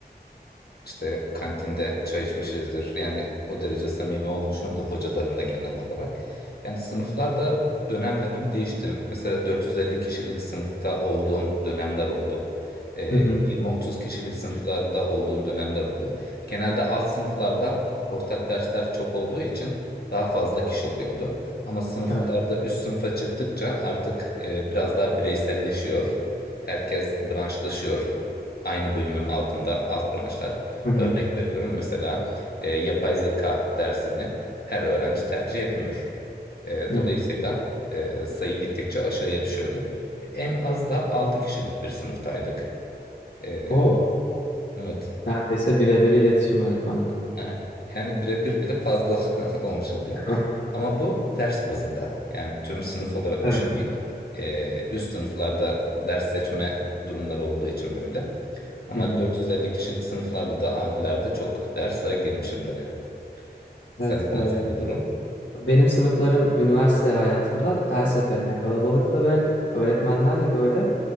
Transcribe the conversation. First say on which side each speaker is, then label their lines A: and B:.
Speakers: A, on the left (about 65°); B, on the left (about 80°).
A: işte kantinde çay içmişizdir. Yani o derece samimi olmuşumdur hocalarımla genel olarak. Yani sınıflar da dönem dönem değişti. Mesela 450 kişilik sınıfta olduğum dönemler oldu. Ee,
B: Hı hı.
A: 20-30 kişilik sınıflarda olduğum dönemler oldu. Genelde alt sınıflarda ortak dersler çok olduğu için daha fazla kişi oluyordu. Ama sınıflarda
B: Evet.
A: üst sınıfa çıktıkça artık e, biraz daha bireyselleşiyor. Herkes branşlaşıyor. Aynı bölümün altında alt branşlar.
B: Hı hı.
A: Örnek veriyorum mesela e, yapay zeka dersini her öğrenci tercih etmiyor. E,
B: Hı
A: dolayısıyla
B: hı.
A: e, sayı gittikçe aşağıya düşüyordu. En az da 6 kişilik bir sınıftaydık. E,
B: Oo,
A: evet.
B: neredeyse birebir iletişim öğretmenle.
A: Yani yani birebir bile fazla <laughs> olmuş oluyor.
B: <laughs>
A: Ama bu ders bazında. Yani tüm sınıf olarak
B: Evet.
A: düşünmeyin. E, üst sınıflarda ders seçme durumları olduğu için böyle. Ama
B: Hı hı.
A: 450 kişilik sınıflarla da amfilerde çok derse girmişimdir yani. Senin
B: Evet,
A: nasıldı
B: e,
A: durum?
B: Benim sınıflarım üniversite hayatımda her seferinde kalabalıktı ve öğretmenlerle böyle